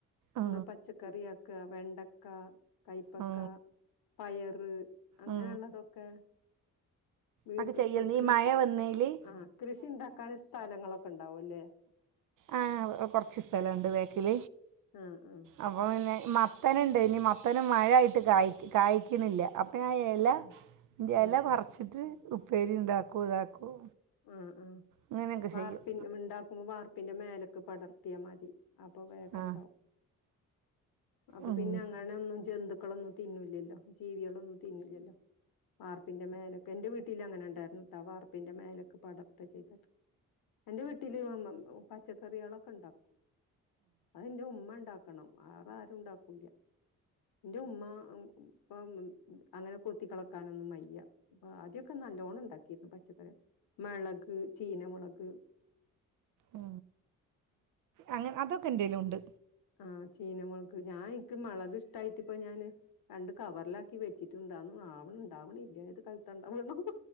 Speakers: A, on the right; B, on the left.
A: ആ
B: നമ്മള് പച്ചക്കറ ആക്ക വെണ്ടക്ക കൈപ്പക്ക
A: ആ
B: പയറ് അങ്ങനെയുള്ളതൊക്കെ
A: ആ
B: വീട്
A: അതൊക്കെ ചെയ്യൽ
B: കൃഷി
A: ഈ മഴ വന്നേല്
B: ആഹ കൃഷി ഉണ്ടാക്കൻ സ്ഥലങ്ങളൊക്കെ ഉണ്ടാവും അല്ലേ
A: ആഹ് കൊറച്ച് സ്ഥലംണ്ട് വെക്കിൽ
B: ആഹ് ആഹ്
A: അപ്പൊ പിന്നെ മത്തനുണ്ട് ഇനി മത്തനും മഴായിട്ട് കായ് കായ്ക്കണില്ല അ ഇല
B: ആഹ് ആഹ്
A: ഇല
B: ആഹ്
A: മറച്ചിട്ട് ഉപ്പേരി ഉണ്ടാക്കും ഇതാക്കും
B: അ അ
A: അങ്ങനെയൊക്കെ
B: വാർപ്പിൻ
A: ചെയ്യും
B: ഉണ്ടാക്കുമ്പോ വാർപ്പിന്റെ മേലൊക്കെ പടർത്തിയാ മതി അപ്പൊ വേക്ക
A: ആ
B: ഇണ്ടാവും അപ്പൊ
A: ഉം
B: പിന്നെ അങ്ങനെ ഒന്നും ജന്തുക്കളൊന്നും തിന്നില്ലല്ലോ ജീവികളൊന്നും തിന്നില്ലല്ലോ വർപ്പിന്റെ മേലൊക്കെ എന്റെ വീട്ടിൽ അങ്ങനെ ഉണ്ടായിരുന്നുട്ട വാർപ്പിന്റെ മേലെ പടത്ത ചെയ്ത എന്റെ വീട്ടില് പച്ചക്കറികളൊക്കെ ഉണ്ടാക്കും അതിന്റെ ഉമ്മ ഉണ്ടാക്കണം വേറെ ആരും ഉണ്ടാക്കൂല്ല എന്റെ ഉമ്മ ഇപ്പ അങ്ങനെ കൊത്തി കളക്കാനൊന്നും മയ്യ അപ്പൊ ആദ്യക്കെ നല്ലോണം ഉണ്ടാക്കിയിരുന്നു പച്ചക്കറി മളക് ചീനമളക്
A: ഉ അങ്ങനെ അതൊക്കെ ഇന്റെ ലും ഉണ്ട്
B: ആഹ ചീനമളക് ഞാൻ എനിക്ക് മുളക് ഇഷ്ടായിട്ടിപ്പ ഞാന് രണ്ട് കവറിലാക്കി വെച്ചിട്ടുണ്ട് <unintelligible> ഉണ്ടാവ്ണ്ല്ല ഏത് കാലത്ത്ണ്ടാവന്നോ